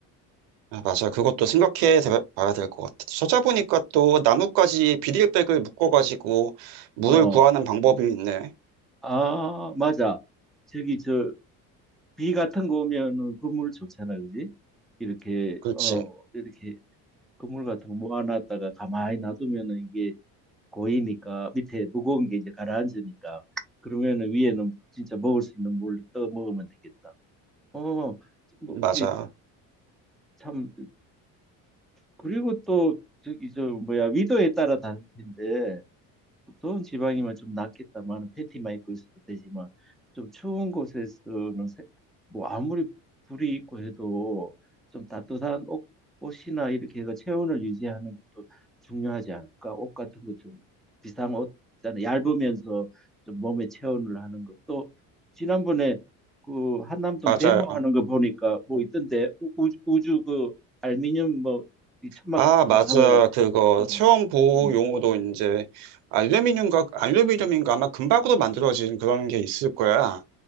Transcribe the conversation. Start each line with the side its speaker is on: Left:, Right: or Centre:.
Right: 아, 맞아 그것도 생각해 대- 봐야 될 것 같아. 찾아보니까 또 나뭇가지에 비닐백을 묶어가지고 물을
Centre: 어,
Right: 구하는 방법이 있네.
Centre: 아 맞아. 저기 저 비 같은 거 오면은 그물 좋잖아, 그지? 이렇게
Right: 그렇지
Centre: 어 이렇게 그물 같은 거 모아놨다가 가만히 놔두면은 이게 고이니까 밑에 무거운 게 이제 가라앉으니까 그러면은 위에는 진짜 먹을 수 있는 물로 떠 먹으면 되겠다. 어, 뭐
Right: 맞아
Centre: 어떻게 참 그리고 또 저기 저 뭐야 위도에 따라 다를 텐데 더운 지방이면 좀 낫겠다만 팬티만 입고 있어도 되지만 좀 추운 곳에서는 세- 뭐 아무리 불이 있고 해도 좀 따뜻한 옷, 옷이나 이렇게 해서 체온을 유지하는 것도 중요하지 않을까? 옷 같은 거 좀 비싼 옷 있잖아. 얇으면서 좀 몸에 체온을 하는 것도 지난번에 그 한남동
Right: 맞아
Centre: 데모하는 거 보니까 뭐 있던데 우, 우- 우주 그 알미늄 뭐이 천막
Right: 아,
Centre: 같은
Right: 맞아.
Centre: 거 하면은
Right: 그거
Centre: 음,
Right: 체온 보호
Centre: 음,
Right: 용어도 이제 알루미늄과 알루미늄인가 아마 금박으로 만들어진 그런 게 있을 거야.